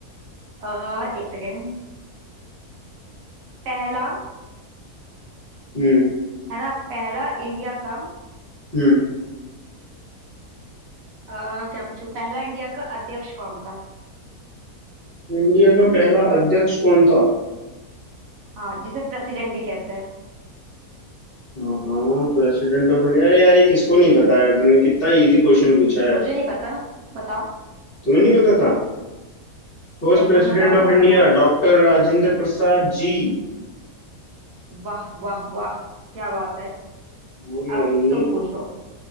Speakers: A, on the right; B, on the left.
A: अह, एक सेकेंड पहला
B: हम्म
A: है ना पहला इंडिया का
B: हम्म
A: अह, क्या पूछू पहला इंडिया का अध्यक्ष कौन था
B: इंडिया का पहला अध्यक्ष कौन था
A: हाँ जिसे प्रेसिडेंट भी कहते हैं
B: हाँ हाँ प्रेसिडेंट ऑफ इंडिया अरे यार ये किसको नहीं पता यार तुमने कितना इजी क्वेश्चन पूछा
A: मुझे
B: है
A: नहीं पता बताओ
B: तुम्हें नहीं पता First
A: नहीं
B: president
A: तुम बताओ
B: of
A: तुम्हें
B: India
A: पता
B: doctor Rajendra Prasad ji
A: वाह वाह वाह क्या बात है
B: बोलिए
A: अब
B: ये
A: तुम पूछो